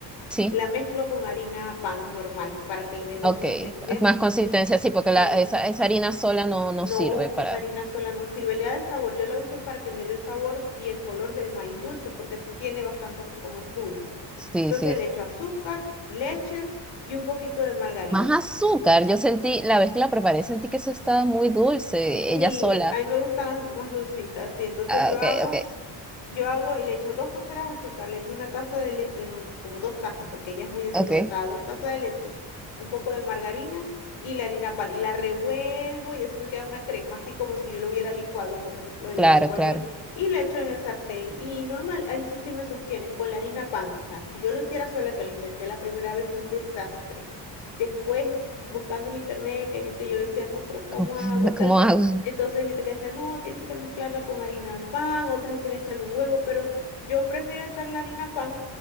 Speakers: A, in the centre; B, on the left.
A: sí,
B: La mezclo con harina pan normal para que le dé consistencia.
A: ok. Más consistencia, sí, porque
B: Si
A: la, esa, esa harina sola no, no
B: no,
A: sirve para.
B: esa harina sola no sirve. Le da el sabor. Yo la uso es para que me dé el sabor y el color del maíz dulce, porque sí tiene bastante así como es dulce.
A: Sí,
B: Entonces
A: sí.
B: le echo azúcar, leche y un poquito de margarina.
A: Más azúcar. Yo sentí, la vez que la preparé, sentí que eso estaba muy dulce,
B: Sí,
A: ella sola.
B: a mí me gustan las más dulcitas, sí. Entonces
A: Ah,
B: yo
A: ok,
B: hago,
A: ok,
B: yo hago y le echo dos cucharadas de azúcar, le echo una taza de leche, bueno, como dos tazas, porque ella es muy deshidratada,
A: ok.
B: dos tazas de leche, un poco de margarina y la harina pan, y la revuelvo y eso me queda una crema, así como si yo lo hubiera licuado, por ejemplo, y hubiera
A: Claro,
B: licuado
A: claro.
B: el maíz, y lo echo en el sartén. Y normal, ahí sí se me sostiene, con la harina pan. O sea, si yo lo hiciera sola, que lo intenté la primera vez, fue un desastre. Después, buscando en internet, que gente yo decía, no, pero ¿cómo
A: ¿Cómo,
B: hago
A: <laughs>
B: tal?
A: cómo hago?
B: Entonces hay gente que dice, no, tienes que mezclarla con harina pan, otras dicen echarle un huevo, pero yo prefiero echarle harina pan